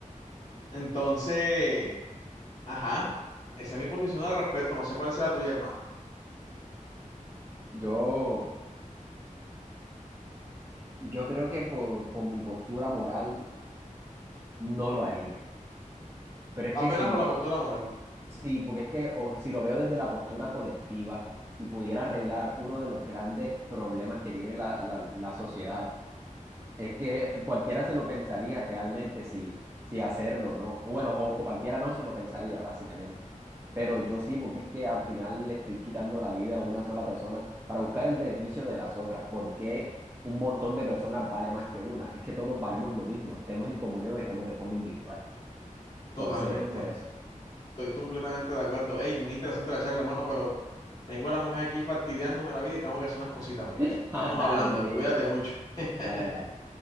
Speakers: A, on the left; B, on the right.
A: Entonces, ajá, esa es mi posición al respecto. No sé cuál será la tuya, hermano.
B: yo, yo creo que por, por mi postura moral no lo haría. Pero es
A: Apenas
B: que si
A: por la postura moral.
B: Sí, porque es que o- si lo veo desde la postura colectiva y pudiera arreglar uno de los grandes problemas que tiene la, la, la sociedad, es que cualquiera se lo pensaría realmente si, si hacerlo o no. Bueno, o cualquiera no se lo pensaría, básicamente. Pero yo sí, porque es que al final le estoy quitando la vida a una sola persona para buscar el beneficio de las otras. ¿Por qué un montón de personas vale más que una? Es que todos valemos lo mismo, estemos en comunión, estemos de forma individual. Entonces,
A: Totalmente.
B: por eso.
A: Estoy completamente de acuerdo. Ey, muy interesante la charla, hermano, pero tengo a la mujer aquí fastidiándome la vida y tengo que hacer unas cositas, ¿oíste?
B: <laughs>
A: Estamos
B: Dale,
A: hablando.
B: todo bien.
A: Cuídate mucho. <laughs>
B: Dale, dale.